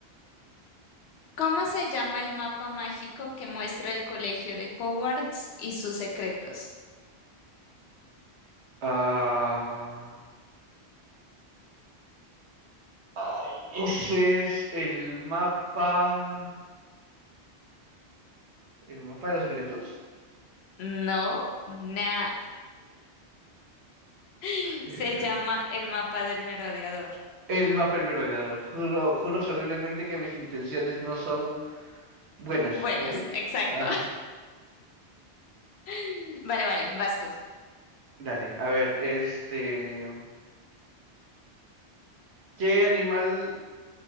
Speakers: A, on the left; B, on the right.
A: ¿Cómo se llama el mapa mágico que muestra el colegio de Hogwarts y sus secretos?
B: Ah, ay, ese es el mapa... ¿El mapa de los secretos?
A: No, nah. <gasps> <laughs>
B: Eh,
A: Se llama el mapa del merodeador.
B: El Mapel Merodeador. Juro, juro solemnemente que mis intenciones no son buenas.
A: Buenas,
B: ¿Algo así?
A: exacto.
B: Ajá.
A: <laughs> Vale, vale, vas tú.
B: Dale, a ver, este. ¿Qué animal